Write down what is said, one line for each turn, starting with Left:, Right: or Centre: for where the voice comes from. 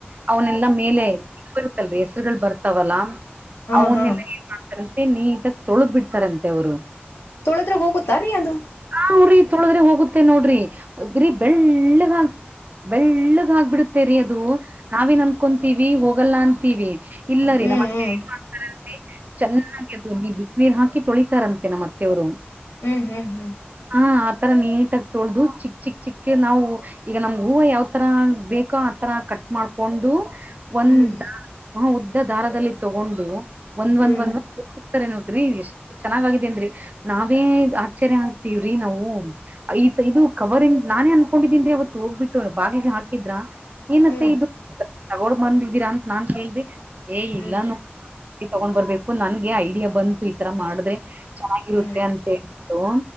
Right: ಅವನೆಲ್ಲಾ ಮೇಲೆ ಇದು ಬರುತ್ತಲ್ರರಿ ಹೆಸರುಗಳು ಬರ್ತಾವಲ್ಲ.
Left: ಹಾ
Right: ಅವನ್ನೆಲ್ಲ
Left: ಹಾ
Right: ಏನ್ ಮಾಡ್ತಾರಂತೆ ನೀಟಾಗ್ ತೊಳದ್ ಬಿಡ್ತಾರಂತೆ ಅವ್ರು.
Left: ತೊಳದ್ರೆ ಹೋಗುತ್ತಾ ರೀ ಅದು.
Right: ಹಾಹು ರೀ ತೊಳದ್ರೆ ಹೋಗುತ್ತೆ ನೋಡ್ರಿ ಅ ಬಿರೀ ಬೆಳ್ಳಗ ಆ ಬೆಳ್ಳಗ್ ಆಗ್ಬಿಡುತ್ತೇರಿ ಅದು ನಾವೇನ್ ಅನ್ಕೊಂತೀವಿ ಹೋಗಲ್ಲ ಅಂತೀವಿ. ಇಲ್ಲ ರೀ
Left: ಹ್ಮ್
Right: ನಮ ಅಕ್ಕ
Left: ಹ್ಮ್
Right: ಏನ ಮ ಚೆನ್ನಾಗಿ ಅದು ನೀ ಬಿಸಿನೀರ್ ಹಾಕಿ ತೊಳಿತಾರಂತೆ ನಮ್ ಅತ್ತೆ ಅವ್ರು.
Left: ಹ್ಮ್ ಹ್ಮ್ ಹ್ಮ್.
Right: ಹಾ ಆತರ ನೀಟಾಗಿ ತೊಳ್ದದು ಚಿಕ್ ಚಿಕ್ ಚಿಕ್ಕ ನಾವು ಈಗ ನಮ್. ಹೂವು ಯಾವ್ತರ ಬೇಕೋ ಆತರ ಕಟ್ ಮಾಡ್ಕೊಂಡು ಒಂದ.
Left: ಹ್ಮ್
Right: ಹ ಉದ್ದ ದಾರದಲ್ಲಿ ತಗೊಂಡು ಒಂದ್ ಒಂದ್
Left: ಹ್ಮ್
Right: ಒಂದ್ಂದ್ತಾರೆ ನೋಡ್ರಿ ಎಷ್ಟ. ಚೆನ್ನಾಗಿದೇನ್ರಿ ನಾವೆ ಆಶ್ಚರ್ಯ ಆಗ್ತವ್ರಿ ನಾವು. ಈತ್ ಇದು ಕವರ್ ಇಂದ ನಾನೇ ಅನ್ಕೊಂಡಿದೀನ್ರಿ ಅವತ್ತು ಹೋಗ್ಬಿಟ್ಟು. ಬಾಗಿಲಿಗೆ ಹಾಕಿದ್ರ ಏನತ್ತೆ
Left: ಹ್ಮ್ ಹ್ಮ್ ಹ್ಮ್
Right: ಇದು. ತಗೋಂಡ ಬಂದಿದ್ದೀರಾ ಅಂತ ನಾನ್ ಕೇಳ್ರಿ ಏ ಇಲ್ಲಾನು.
Left: ಹ್ಮ್
Right: ತಗೊಂಡ್ ಬರ್ಬೇಕು ನನ್ಗೆ ಐಡಿಯಾ ಬಂತು ಈತರ ಮಾಡಿದ್ರೆ. ಚೆನ್ನಾಗಿರುತ್ತೆ
Left: ಹ್ಮ್
Right: ಅಂತ ಹೇಳ್ದುಳು.